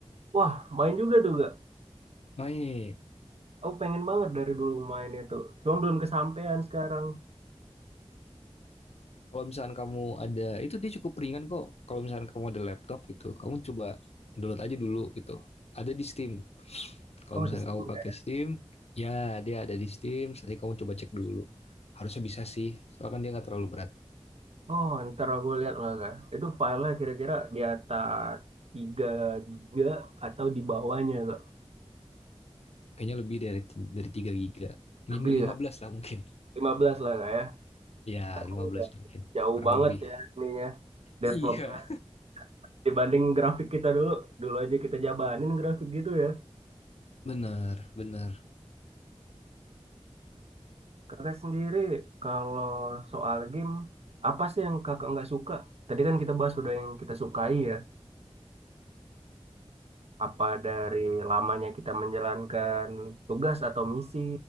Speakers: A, on the right; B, on the left.
A: wah main juga tuh gak
B: Main.
A: aku pengen banget dari dulu main itu cuma belum kesampaian sekarang
B: Kalau misalkan kamu ada itu dia cukup ringan kok. Kalau misalkan kamu ada laptop gitu, kamu coba download aja dulu gitu. Ada di Steam. Kalau
A: oh
B: misalkan
A: di Steam
B: kamu
A: nggak
B: pakai
A: ya
B: Steam, ya dia ada di Steam. Nanti kamu coba cek dulu. Harusnya bisa sih. Soalnya kan dia nggak terlalu berat.
A: oh ntar aku lihat lah kak itu filenya kira-kira di atas tiga giga atau di bawahnya kak
B: Kayaknya lebih dari dari 3 giga. lima
A: lebih kak?
B: belas lah mungkin.
A: lima belas lah kak ya
B: Ya,
A: Aku
B: lima
A: udah
B: belas mungkin.
A: jauh
B: Kurang
A: banget
B: lebih.
A: ya ininya
B: Iya,
A: developnya dibanding grafik kita dulu dulu aja kita jabanin grafik gitu ya
B: benar, benar.
A: kakak sendiri kalau soal game apa sih yang kakak nggak suka tadi kan kita bahas udah yang kita sukai ya apa dari lamanya kita menjalankan tugas atau misi